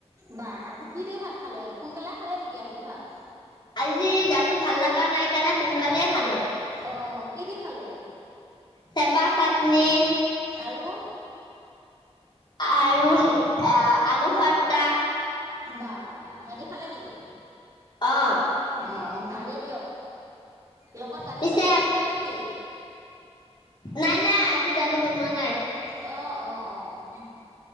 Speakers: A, on the right (about 30°); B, on the left (about 45°).
A: বা আজি কি দি ভাত খালে, সোনকালে খালে নেকি আজি ভাত?
B: আজি গাটো ভাল লগা নাই কাৰণে সোনকালেই খালোঁ।
A: অ', কি দি খালে,
B: চেপা চাটনি
A: আৰু
B: আৰু আলুভৰটা।
A: বা সিহঁতি খালে নেকি?
B: অ
A: অ', ভালেই দিয়ক, লগত দালি
B: পিছে
A: চালিও
B: আপ-
A: আছিল নেকি?
B: নাই, নাই, আজি দালি বনোৱা নাই।
A: অ', অ', অ'।